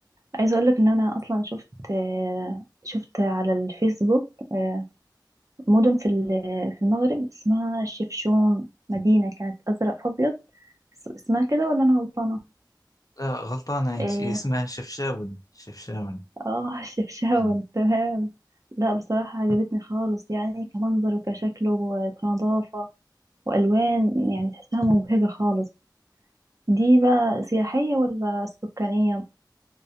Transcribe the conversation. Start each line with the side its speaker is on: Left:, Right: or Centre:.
Right: عايزه اقول لك ان انا اصلا شفت آه، شفت على الفيسبوك آه، مدن في ال- في المغرب اسمها الشفشون مدينه كانت ازرق في ابيض اس- اسمها كده ولا انا غلطانه
Left: لا غلطانة أنت
Right: ايه
Left: هي اسمها شفشاون شفشاون
Right: اه <laughs> الشفشاون
Left: مم.
Right: تمام لا بصراحه عجبتني خالص يعني كمنظر وكشكل وكنظافه والوان يعني تحسها مبهجه خالص دي بقى سياحيه ولا سكانيه